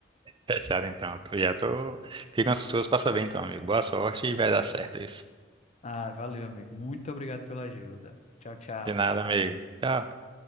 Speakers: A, on the right; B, on the left.
A: fechado então. Tô- Já tô. Fico ansioso pra saber então, amigo. Boa sorte e vai dar certo isso.
B: Ah, valeu, amigo. Muito obrigado pela ajuda. Tchau, tchau.
A: De nada, amigo. Tchau.